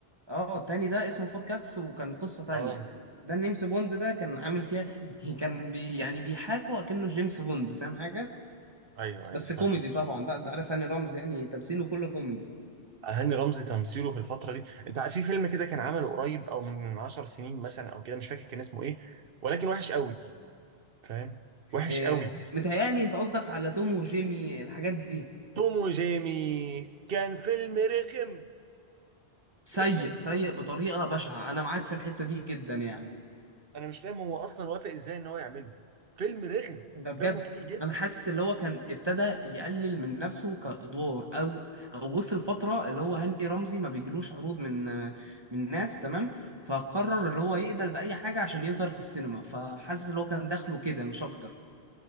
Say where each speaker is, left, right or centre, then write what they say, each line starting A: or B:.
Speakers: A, on the right (about 25°); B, on the right (about 65°).
A: اه التاني ده اسمه فوركاتس وكان قصة تانية
B: اه
A: ده نيمس بوند ده كان عامل فيها <laughs> كان بي يعني بيحاكوا اكنه جيمس بوند فاهم حاجة
B: ايوه ايوه
A: بس كوميدي طبعا بقى انت عارف هاني رمزي يعني تمثيله كله كوميدي
B: هاني رمزي تمثيله في الفترة دي انت عارف في فيلم كده كان عمله قريب او من 10 سنين مثلا او كده مش فاكر كان اسمه ايه ولكن وحش قوي فاهم وحش
A: إيه
B: قوي
A: متهيألي انت قصدك على توم وجيمي الحاجات دي
B: توم وجيمي كان فيلم رخم
A: سيء
B: رخم
A: سيء بطريقة بشعة انا معاك في الحتة دي جدا يعني
B: انا مش فاهم هو اصلا وافق ازاي ان هو يعمله فيلم رخم
A: ده
B: دمه
A: بجد
B: تقيل جدا
A: انا حاسس اللي هو كان ابتدى يقلل من نفسه كادوار او او وصل فترة اللي هو هاني رمزي ما بيجيلوش عروض من من ناس تمام فقرر اللي هو يقبل بأي حاجة عشان يظهر في السينما فحاسس اللي هو كان دخله كده مش اكتر